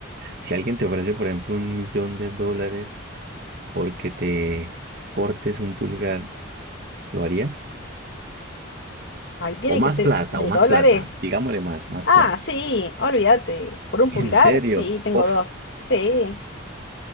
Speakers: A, on the right; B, on the left.
A: Si alguien te ofrece, por ejemplo, un millón de dólares porque te cortes un pulgar, ¿lo harías?
B: Ay, tiene
A: O más
B: que ser
A: plata,
B: de
A: o más
B: dólares.
A: plata. Digámosle más, más
B: Ah,
A: plata.
B: sí, olvídate. ¿Por un
A: ¿En
B: pulgar?
A: serio?
B: Sí, tengo
A: Uf,
B: dos. Sí.